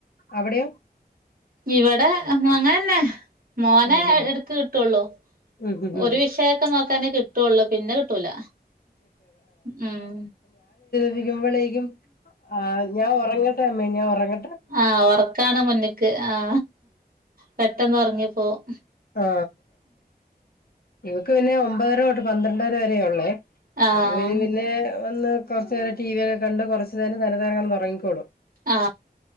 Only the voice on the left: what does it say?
അവിടെയോ
ഉം
ഉം ഉം
<unintelligible> ആ ഞാൻ ഒറങ്ങട്ടെ അമ്മേ ഞാൻ ഒറങ്ങ
ആ ഇവക്ക് പിന്നെ ഒമ്പതര തൊട്ട് പന്ത്രണ്ടര വരെയാെള്ളേ
അത് കഴിഞ്ഞ് പിന്നെ വന്ന് കുറച്ചു നേരം ടിവി ഒക്കെ കണ്ട് കുറച്ചു നേരം <unintelligible> കെടന്ന് ഒറങ്ങിക്കോളും